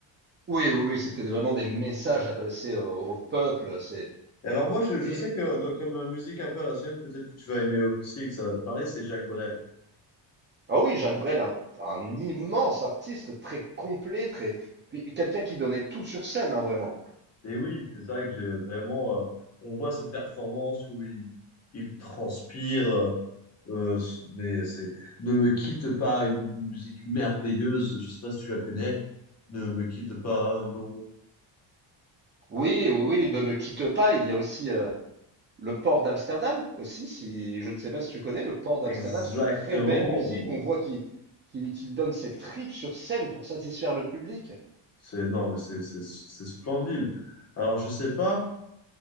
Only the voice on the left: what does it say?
Et alors moi, je, je
sais que donc, comme musique un peu à l'ancienne, peut-être que tu vas aimer aussi et que ça va te parler, c'est Jacques Brel.
Et oui, c'est ça que j'ai vraiment. euh, on voit ces performances où il, il transpire, euh, euh, c- mais c'est Ne me quitte pas, une musique merveilleuse. Je sais pas si tu la connais. Ne me quitte pas, non.
Exactement.
C'est non, mais c'est c'est c'est splendide. Alors je sais pas